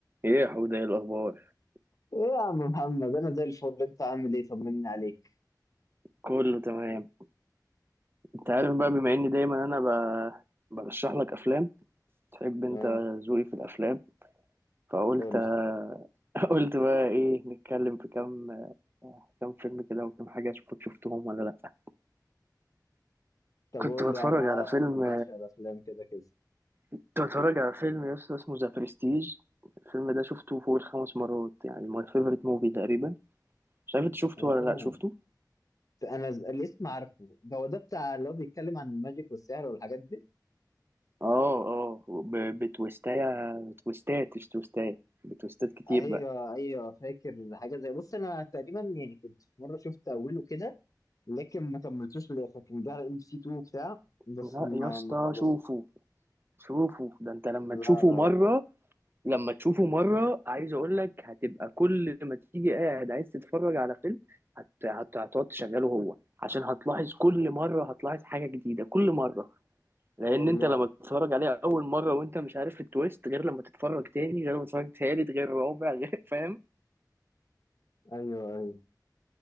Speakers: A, on the right; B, on the left.
A: ايه يا حوده ايه الاخبار
B: ايه يا عم محمد انا زي الفل انت عامل ايه طمني عليك
A: كله تمام انت عارف بقى بما اني دايما انا ب... برشح لك افلام تحب انت
B: اه
A: ذوقي في الافلام فقلت
B: قول
A: <laughs> قلت بقى ايه نتكلم في كام كام فيلم كده وكام حاجه اشوفك شفتهم ولا لا
B: طب
A: كنت
B: قول
A: بتفرج
B: لي يا عم انا
A: على فيلم
B: أنا بعشق الافلام كده كده
A: كنت بتفرج على فيلم يا اسطى اسمه ذا برستيج الفيلم ده شفته فوق الخمس مرات يعني ماي فيفورت موفي تقريبا مش عارف انت شفته
B: اه
A: ولا لا شفته
B: انا ز- الاسم عارفه ده هو ده بتاع اللي هو بيتكلم عن الماجيك والسحر والحاجات دي
A: اه اه ب... بتويستاية بتويستات مش تويستاية بتويستات كتير
B: ايوه
A: بقى
B: ايوه فاكر حاجه زي بص انا تقريبا يعني كنت في مره شفت اوله كده لكن ما كملتوش للاخر كان جه على ام بي سي 2 بتاع بس
A: لا
B: ما
A: يا اسطى
B: ما خلص
A: شوفوا شوفوا ده انت لما
B: لا
A: تشوفه
B: لا
A: مرة
B: لا
A: لما تشوفه مرة عايز اقول لك هتبقى كل ما تيجي قاعد عايز تتفرج على فيلم هت... هت... هتقعد تشغله هو عشان هتلاحظ كل مرة هتلاحظ حاجة جديدة كل مرة لان
B: والله
A: انت لما تتفرج عليه اول مرة وانت مش عارف التويست غير لما تتفرج تاني غير لما تتفرج تالت غير رابع غير <laughs> فاهم
B: ايوه ايوه